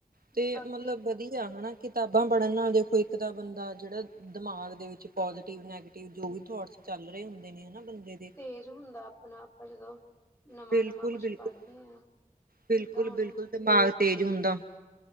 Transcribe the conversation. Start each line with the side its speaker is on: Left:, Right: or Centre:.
Right: ਤੇ
Left: ਬਾਕੀ
Right: ਮਤਲਬ ਵਧੀਆ ਹਨਾ। ਕਿਤਾਬਾਂ ਪੜ੍ਹਨ ਨਾਲ ਦੇਖੋ ਇੱਕ ਤਾਂ ਬੰਦਾ ਜੇੜਾ ਦਿਮਾਗ ਦੇ ਵਿੱਚ ਪੋਜ਼ਟਿਵ, ਨੈਗੇਟਿਵ ਜੋ ਵੀ ਥੋਟਸ ਚੱਲ ਰਹੇ ਹੁੰਦੇ ਨੇ ਹਨਾ ਬੰਦੇ ਦੇ
Left: ਤੇਜ਼ ਹੁੰਦਾ ਆਪਣਾ ਆਪ ਜਦੋਂ ਨਵਾਂ-ਨਵਾਂ
Right: ਬਿਲਕੁਲ,
Left: ਕੁਛ
Right: ਬਿਲਕੁਲ,
Left: ਪੜ੍ਹਦੇ ਆ,
Right: ਬਿਲਕੁਲ,
Left: ਜਿੱਦਾਂ ਹੁਣ
Right: ਬਿਲਕੁਲ ਦਿਮਾਗ ਤੇਜ਼ ਹੁੰਦਾ।